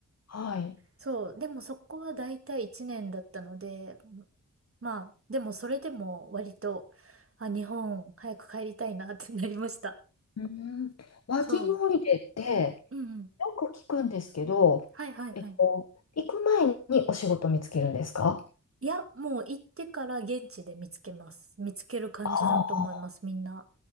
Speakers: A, on the left; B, on the right.
A: はい。
B: そう、でもそこは大体1年だったので、まあ、でもそれでも割と、あ、日本早く帰りたいなってなりました。
A: うんワーキングホリデーって
B: そう。うんうん。
A: よく聞くんですけど、
B: はいはいはい。
A: えっと、行く前にお仕事見つけるんですか
B: いや、もう行ってから現地で見つけます。見つける感じだと思います、
A: ああ、
B: みんな。